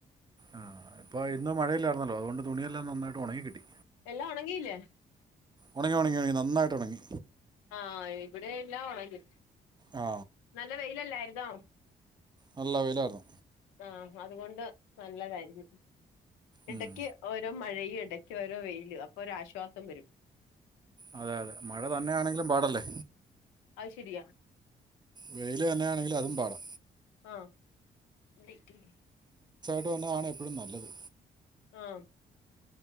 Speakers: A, on the right; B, on the left.
A: ആ ഇപ്പൊ ഇന്ന് മഴയില്ലായിരുന്നല്ലോ അതുകൊണ്ട് തുണിയെല്ലാം നന്നായിട്ട് ഉണങ്ങി കിട്ടി
B: എല്ലാം ഉണങ്ങിയില്ലേ
A: ഒണങ്ങി ഒണങ്ങി നന്നായിട്ട് ഒണങ്ങി
B: ആ ഇവിടെ എല്ലാ ഒണങ്ങി
A: ആ
B: നല്ല വെയില് അല്ലാരി <unintelligible>
A: നല്ല വെയിലാർന്നു
B: ആ അതുകൊണ്ട് നല്ലതായിരുന്നു ഇടയ്ക്ക്
A: ഉം
B: ഓരോ മഴ ഇടയ്ക്ക് ഓരോ വെയില് അപ്പൊ ഒരാശ്വാസം വെരും
A: അതെ അതെ മഴ തന്നെയാണെങ്കിലും പാടല്ലേ
B: അത് ശരിയാ
A: വെയില് തന്നെയാണെങ്കിൽ അതും പാടാ
B: ആ <unintelligible> ക്കും
A: അത് തന്നാണ് എപ്പഴും നല്ലത്.
B: ആ